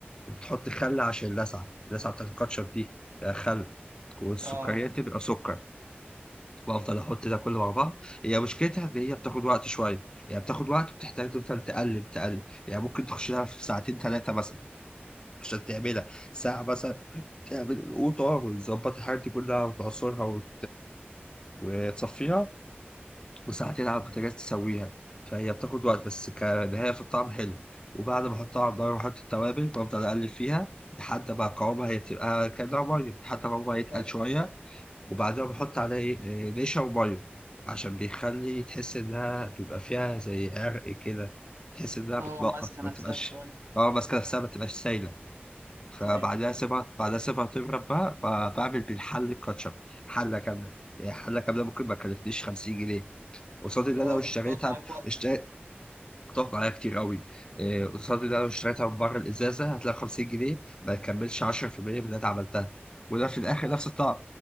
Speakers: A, on the left; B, on the right.
A: وبتحط خل عشان اللسعه اللسعه بتاعت الكاتشب دي ده خل والسكريات
B: اه عارفها
A: تبقى سكر وافضل احط ده كله مع بعض هي مشكلتها ان هي بتاخد وقت شويه يعني بتاخد وقت وبتحتاج تفضل تقلب تقلب يعني ممكن تخش لها في ساعتين ثلاثه مثلا عشان تعملها ساعه مثلا تعمل القوطه وتظبط الحاجات دي كلها وتعصرها وت... وتصفيها وساعتين على البوتاجاز تسويها فهي بتاخد وقت بس كنهاية في الطعم حلو وبعد ما احطها على النار واحط التوابل بفضل اقلب فيها لحد ما قوامها هي بتبقى كأنها مية لحد ما قوامها يتقل
B: اه
A: شوية وبعدها بحط عليها إيه، إيه، نشا ومية عشان بيخلي تحس إنها بيبقى فيها زي عرق كده تحس إنها
B: اه
A: بتنقط
B: ماسكة
A: ما
B: نفسها
A: تبقاش
B: شوية
A: اه ماسكة نفسها ما تبقاش سايلة فبعدها
B: طيب
A: سيبها بعدها سيبها تبرد بقى ب- بعمل بالحل الكاتشب حلة كاملة يعني حلة كاملة ممكن ما تكلفنيش 50 جنيه قصاد اللي
B: اه
A: انا لو اشتريتها
B: بتقعد معاك وقت
A: اشتريت هتقف معايا كتير قوي إيه، قصاد اللي انا لو اشتريتها من بره الازازه هتلاقي 50 جنيه ما يكملش 10% من اللي انا عملتها وده في الاخر
B: اه
A: نفس الطعم